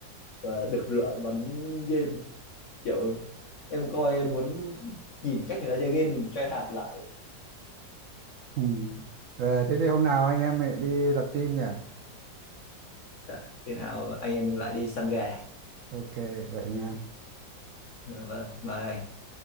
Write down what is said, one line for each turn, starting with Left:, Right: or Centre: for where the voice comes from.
Left: ờ, đực rửa bắn game kiểu em coi em muốn nhìn cách người ta chơi game mình try hạt lại
Right: Ừ. Rồi thế thì hôm nào anh em mình đi lập team nhỉ
Left: dạ, khi nào anh em mình lại đi săn gà
Right: ok vậy nha
Left: dạ vâng bye anh